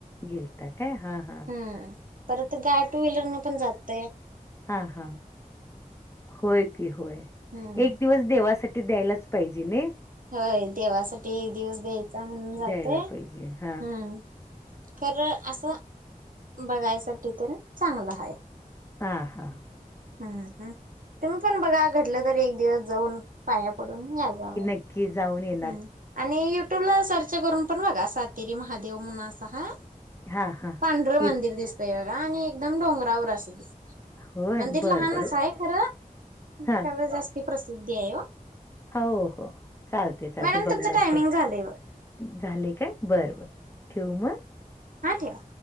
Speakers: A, on the left; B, on the right.
A: गिलता काय हा हा.
B: हम्म परत गाय टू व्हीलर न पण जातंय.
A: हा हा होय की होय
B: हम्म
A: एक दिवस देवासाठी द्यायलाच. पाहिजे नी.
B: होय देवासाठी एक दिवस द्यायचा म्हणून जाते
A: द्यायला
B: हम्म
A: पाहिजे. हां,
B: खरं आस. बघायसाठी तर चांगलं आहे.
A: हा हा.
B: हम हम तुम्ही पण बघा. घडलं तर एक दिवस जाऊन पाया पडून या जावा.
A: की जाऊन ये.
B: हम आणि युट्यूब ला सर्च करून पण बघा. सातेरी महादेव म्हणून असं हाय.
A: हां, हां.
B: पांढर
A: येत
B: मंदिर दिसतय बघा. आणि एकदम डोंगरावर असं दिसतंय.
A: होय,
B: मंदिर
A: बरं,
B: लहानच
A: बरं.
B: आहे. खरं त्याला
A: हां.
B: जास्ती प्रसिद्धी आहे ओ.
A: हो हो. चालते चालते
B: मॅडम
A: बघणार
B: तुमचं टायमिंग
A: की,
B: झालंय बघा
A: झाले काय बर बर ठेवू मग.
B: हा ठेवा.